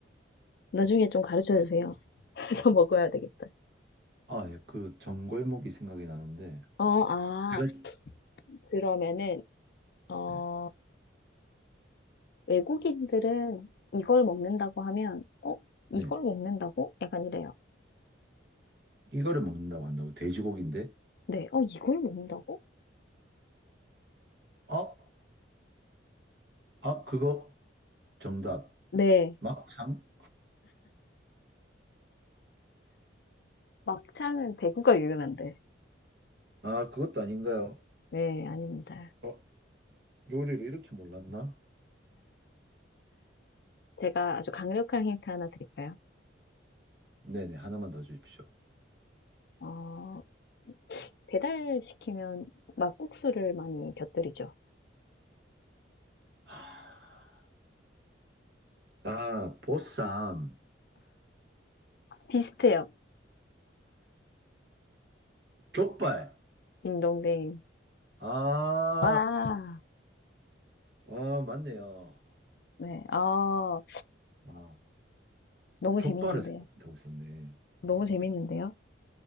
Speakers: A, on the left (about 55°); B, on the right (about 60°).
A: 나중에 좀 가르쳐 주세요. 더 먹어야 되겠다.
B: 아, 예, 그 전골목이 생각이 나는데
A: 어, 아,
B: 제가
A: 그러면은, 어,
B: 네,
A: 외국인들은 이걸 먹는다고 하면, 어, 이걸
B: 네.
A: 먹는다고? 약간 이래요.
B: 이거를 먹는다고 한다고 돼지고기인데
A: 네, 어, 이걸 먹는다고?
B: 어? 아, 그거 정답
A: 네,
B: 막창?
A: 막창은 대구가 유명한데.
B: 아, 그것도 아닌가요?
A: 네, 아닙니다.
B: 어, 요리를 이렇게 몰랐나?
A: 제가 아주 강력한 힌트 하나 드릴까요?
B: 네네, 하나만 더 주십시오.
A: 어, 배달시키면 막국수를 많이 곁들이죠.
B: 하, 아, 보쌈,
A: 비슷해요.
B: 족발.
A: 딩동댕.
B: 아,
A: 와,
B: 아, 맞네요.
A: 네, 아
B: 아,
A: 너무
B: 족발을
A: 재밌는데요.
B: 생각 못하고 있었네.
A: 너무 재밌는데요?